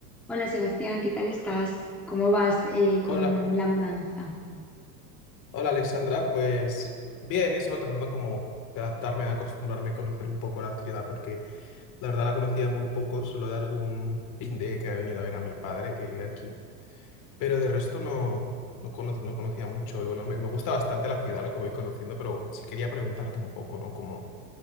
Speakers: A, in the centre; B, on the left.
A: Hola Sebastián, ¿qué tal estás? ¿Cómo vas eh, con
B: Hola,
A: la mudanza?
B: hola Alexandra, pues bien, eso, tratando como de adaptarme, de acostumbrarme a conocer un poco la ciudad, porque la verdad la conocía muy poco, solo de algún de que ha venido a ver a mi padre que vive aquí, pero de resto no, no, cono- no conocía mucho y bueno, me, me gusta bastante la ciudad, lo que voy conociendo, pero sí quería preguntarte un poco, ¿no? Como,